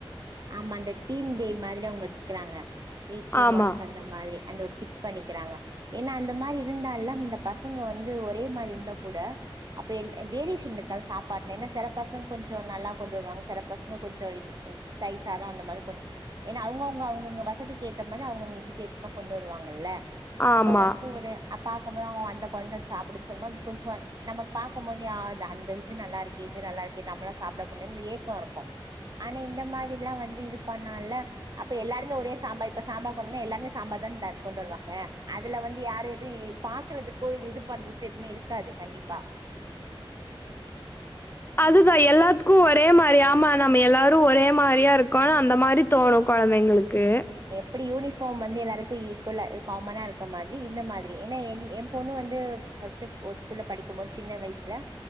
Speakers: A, on the right (about 45°); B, on the left (about 25°).
A: ஆமா அந்த டீம் டே மாதிரி அவுங்க வச்சுக்கிறாங்க வீக்லி
B: ஆமா,
A: ஒன்ஸ் அந்த மாதிரி அந்த ஒரு ஃபிக்ஸ் பண்ணிக்கிறாங்க ஏனா அந்த மாரி இருந்தால்லா இந்த பசங்க வந்து ஒரே மாரி இர்ந்தா கூட அப்ப எல் எ வேரியஷன்ருக்காத் சாப்பாட்ல என்ன சில பசங்க கொஞ்சோ நல்லா கொண்டு வருவாங்க சில பசங்க கொஞ்சோ இது தயிர்சாதோ அந்த மாதிர் கொண்டு ஏனா அவுங்கவுங்க அவுங்கவுங்க வசதிக்கு ஏத் த மாரி அவுங்கவுங்க இதுக்கேத்த மார் கொண்டு வருவாங்கல்ல
B: ஆமா.
A: அப்ப வந்து ஒரு அப் பாக்கம் போது ஓ அந்த கொழ்ந்த சாப்புடுச்சு அந்த மாதிரி கொஞ்சோ நம்ம பாக்கும் போது அ த அந்த இது நல்லாருக்கே இது நல்லாருக்கே நம்மளு சாப்ட முடி இந்த ஏக்கோ இருக்கு ஆனா இந் எல்லா வந்து இது பண்ணோல்ல அப்ப எல்லாருமே ஒரே சாம்பார் இப்ப சாம்பார் கொண்டு வந்து எல்லார்மே சாம்பார் தான இந்த கொண்டு வருவாங்க அதுல வந்து யாரு எது பாக்கறதுக்கோ இது இது பண்றக்கு எதுமே இருக்காது கண்டிப்பா
B: அதுதா எல்லாத்துக்கு ஒரே மாரி ஆமா நம்ம எல்லாரு ஒரே மாரியா இருக்கோனு அந்த மாரி தோணு கொழந்தைங்ளுக்கு
A: இப்டி யூனிஃபாம் வந்து எல்லாருக்கு ஈக்கோலா இத் காமனா இருக்க மாதிரி இந்த மாதிரி ஏனா என் எம்பொண்ணு வந்து ஃபஸ்ட்டு ஒரு ஸ்கூல்ல படிக்கும்போது சின்ன வய்சுல